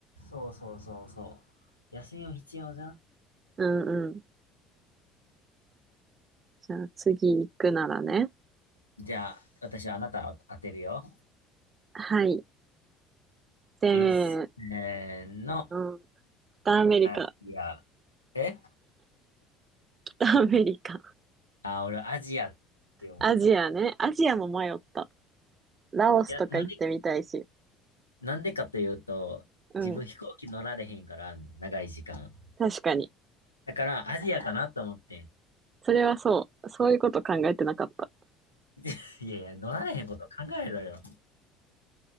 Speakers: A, on the left; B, on the right.
A: そうそうそうそう。休みも必要じゃん
B: うんうん。じゃあ次行くならね。
A: じゃあ、私はあなたを当てるよ。
B: はい。せ
A: いっせーの、
B: ーの。北アメリカ。
A: アジア。え
B: 北アメリカ。
A: あ、俺アジアって思った。
B: アジアね。アジアも迷った。ラオスとか行ってみたいし。
A: いや、なんでなんでかというと、
B: うん。
A: 自分飛行機乗られへんから、長い時間。
B: 確かに。
A: だから、アジアかなと思ってん。
B: それはそう。そういうこと考えてなかった。
A: <laughs> いやいや、乗られへんこと考えろよ。